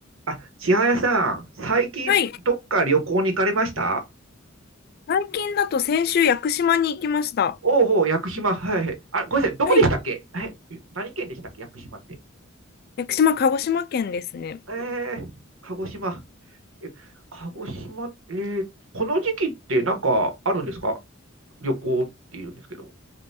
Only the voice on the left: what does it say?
はい。最近だと先週、屋久島に行きました。
はい。
屋久島、鹿児島県ですね。